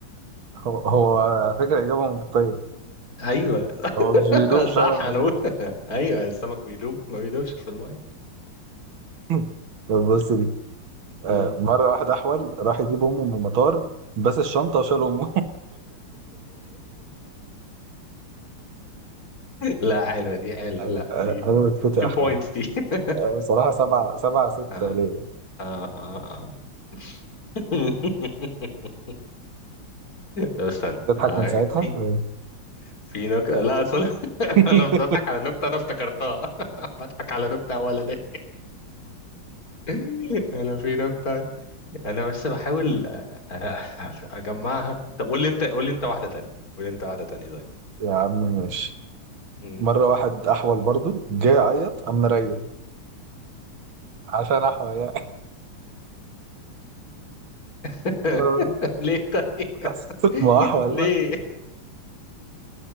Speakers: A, on the right; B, on the left.
A: هو هو على فكرة إجابة منطقية
B: ايوه <laughs>
A: هو مش بيدوب فعلا
B: صح
A: والله
B: انا بقول <laughs> ايوه السمك بيدوب ما بيدوبش في الميه
A: <laughs> طب بص دي آه،
B: مم.
A: مرة واحد أحول راح يجيب أمه من المطار بس الشنطة وشال أمه
B: لا حلوه دي
A: <laughs>
B: حلوه
A: أيوة،
B: لا
A: آه،
B: دي دي
A: أنا بسكوت يا
B: 2
A: أحمد
B: بوينتس دي <laughs>
A: آه، بصراحة سبعة سبعة ستة
B: اه
A: ليا
B: اه اه اه <laughs> طب استنى
A: تضحك
B: آه،
A: من ساعتها
B: في في نكتة لا اصل <laughs>
A: <laughs>
B: انا بضحك على نكتة انا افتكرتها <laughs> بضحك على نكتة اولانية <laughs> انا في نكتة انا بس بحاول أ- أ- اجمعها طب قول لي انت قول لي انت واحده تانية قول لي انت واحده تانية طيب
A: يا عم ماشي
B: مم.
A: مرة واحد أحول برضه جاي يعيط قام مريل عشان أحول يعني
B: <laughs>
A: آه،
B: ليه طيب
A: <laughs> بس
B: <laughs>
A: ما أحول
B: ليه
A: بقى